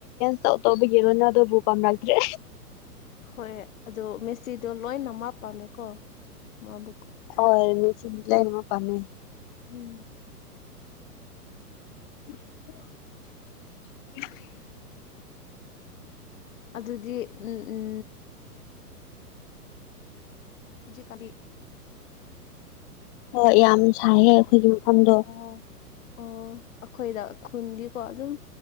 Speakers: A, on the left; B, on the left.
A: ꯇ ꯇꯧꯕꯒꯦꯔꯣ ꯅꯅ ꯑꯗꯨꯣ ꯕꯨ ꯀꯝ ꯂꯇ꯭ꯔꯦ
B: ꯍꯣꯏ ꯑꯗꯣ ꯃꯦꯁꯇꯤꯗꯣ ꯂꯣꯏꯅ ꯃꯥ ꯄꯥꯝꯃꯦꯀꯣ ꯃꯥꯕꯨꯀ
A: ꯑꯣ ꯃꯤꯁꯅꯃ ꯄꯥꯝꯃꯦ
B: ꯎꯝ
A: <unintelligible>
B: ꯑꯗꯨꯗꯤ ꯎꯝ ꯎꯝ ꯍꯧꯖꯤꯛ ꯀꯗꯤ
A: ꯍꯣꯏ ꯌꯥꯝ ꯁꯥꯏꯍꯦ ꯑꯩꯈꯣꯏꯒꯤ ꯃꯐꯝꯗꯣ
B: ꯑꯣ ꯑꯣ ꯑꯩꯈꯣꯏꯗ ꯈꯨꯟꯗꯤꯀꯣ ꯑꯗꯨꯝ